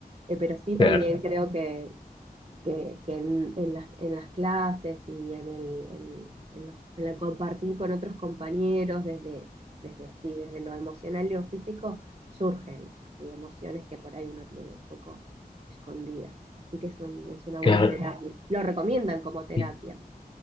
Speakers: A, on the right; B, on the left.
A: Eh, pero sí también
B: Claro,
A: creo que que, que en, en las, en las clases y en el, en, en los- en el compartir con otros compañeros desde, desde así, desde lo emocional y lo físico, surgen así emociones que por ahí uno tiene un poco escondidas. Así que es, un- es una buena
B: claro.
A: terapia. Lo recomiendan como terapia.
B: Sí,